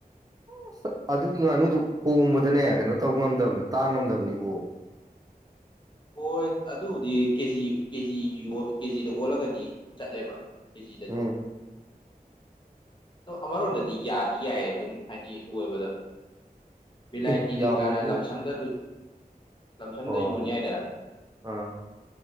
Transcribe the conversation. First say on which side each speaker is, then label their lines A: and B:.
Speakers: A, on the right; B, on the left.
A: ꯑꯁ ꯑꯗꯨꯒꯤ ꯉꯥꯅꯨꯗꯨ ꯍꯣꯡꯕꯗꯅꯦ ꯀꯩꯅꯣ ꯇꯧꯕ ꯉꯝꯗꯕꯅꯤ ꯇꯥꯡ ꯉꯝꯗꯕꯅꯤꯀꯣ
B: ꯍꯣꯏ ꯑꯗꯨꯕꯨꯗꯤ ꯀꯦꯖꯤ ꯀꯦꯖꯤ ꯀꯦꯖꯤꯗ ꯑꯣꯜꯂꯒꯗꯤ ꯆꯠꯂꯦꯕ ꯀꯦꯖꯤꯗ
A: ꯎꯝ
B: ꯑꯗꯣ ꯑꯃꯔꯣꯝꯗꯗꯤ ꯌꯥꯗꯤ ꯌꯥꯏꯌꯦ ꯑꯗꯨꯝ ꯍꯥꯏꯗꯤ ꯂꯣꯏꯕꯗ ꯚꯤꯂꯥꯏꯇꯤ
A: ꯑꯦ ꯌꯥꯕꯕꯨ
B: ꯀꯩꯀꯥꯅ ꯂꯝꯁꯝꯗ ꯂꯝꯁꯝꯗ
A: ꯍꯣꯏ
B: ꯌꯣꯟ ꯌꯥꯏꯗꯅ
A: ꯑꯥ